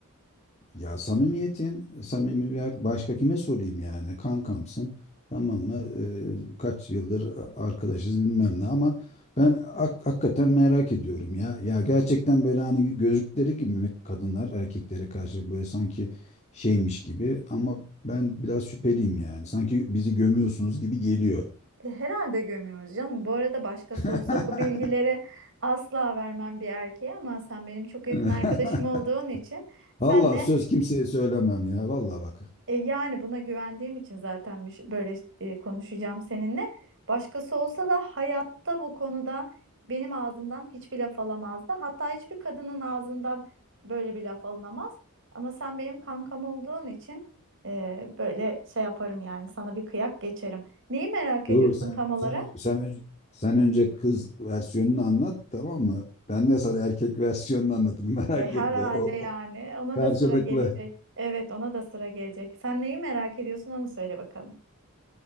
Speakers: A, on the left; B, on the right.
A: Ya samimiyetin, samimi bir başka kime sorayım yani? Kankamsın, tamam mı? Ee, kaç yıldır arkadaşız bilmem ne ama ben hak- hakikaten merak ediyorum ya. Ya gerçekten böyle hani gözlükleri gibi mi kadınlar erkeklere karşı böyle sanki şeymiş gibi ama ben biraz şüpheliyim yani. Sanki bizi gömüyorsunuz gibi geliyor.
B: E, herhalde gömüyoruz canım. Bu arada başkası
A: <laughs>
B: olsa bu bilgileri asla vermem bir erkeğe ama sen benim çok
A: <laughs>
B: yakın arkadaşım olduğun için senle
A: Allah söz kimseye söylemem ya. Vallahi bak.
B: E, yani buna güvendiğim için zaten bir şey- böyle e, konuşacağım seninle. Başkası olsa da hayatta bu konuda benim ağzımdan hiçbir laf alamazdı. Hatta hiçbir kadının ağzından böyle bir laf alınamaz. Ama sen benim kankam olduğun için e, böyle şey yaparım yani sana bir kıyak geçerim. Neyi merak ediyorsun
A: Dur sen
B: tam olarak?
A: sen sen önce, sen önce kız versiyonunu anlat tamam mı? Ben de sana erkek versiyonunu anlatırım <laughs> merak
B: E, herhalde
A: etme. O,
B: yani
A: o
B: ona
A: karşılıklı.
B: da sıra gelecek. Evet ona da sıra gelecek. Sen neyi merak ediyorsun onu söyle bakalım.